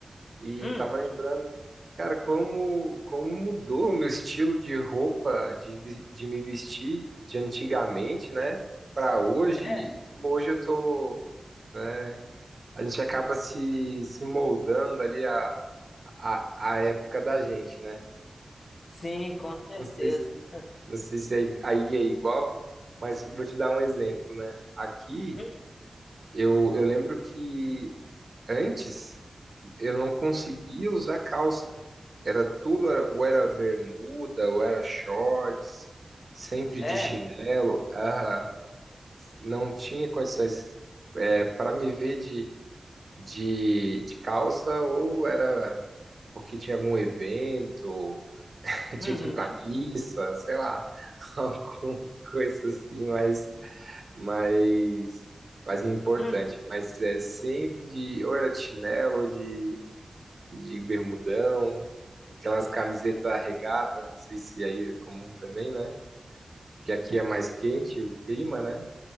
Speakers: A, on the right; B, on the left.
A: e
B: Hum,
A: tava lembrando, cara, como, como mudou o meu estilo de roupa, de, vi- de me vestir de antigamente, né, pra hoje,
B: é?
A: e como hoje eu tô, né, a gente acaba se, se moldando ali à, à, à época da gente, né?
B: Sim, com certeza.
A: Não sei Não sei se aí aí é igual, mas vou te dar um exemplo, né? Aqui,
B: Hum,
A: eu, eu lembro que antes eu não conseguia usar calça. Era tudo, era- ou era bermuda, ou era shorts, sempre
B: é?
A: de chinelo. Aham. Não tinha condições para me ver de, de, de calça, ou era porque tinha algum evento, <laughs> tinha
B: Uhum.
A: que ir para missa, sei lá, <laughs> alguma coisa assim, mas. mas mais importante.
B: Hum,
A: Mas é sempre de, ou era de chinelo, ou de, de bermudão, aquelas camisetas regata, não sei se aí é comum também, né? Que aqui é mais quente
B: sim.
A: o clima, né?